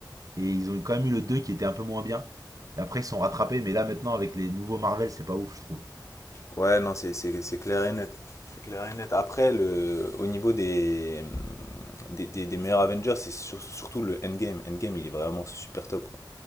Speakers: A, on the right (about 50°); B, on the left (about 40°).
A: Et ils ont quand même eu le 2 qui était un peu moins bien. Et après, ils se sont rattrapés. Mais là, maintenant, avec les nouveaux Marvel, c'est pas ouf, je trouve.
B: Ouais, non, c'est, c'est, c'est clair et net. C'est clair et net. Après, le... au niveau des, des, des- des meilleurs Avengers, c'est sur- surtout le Endgame. Endgame, il est vraiment super top, quoi.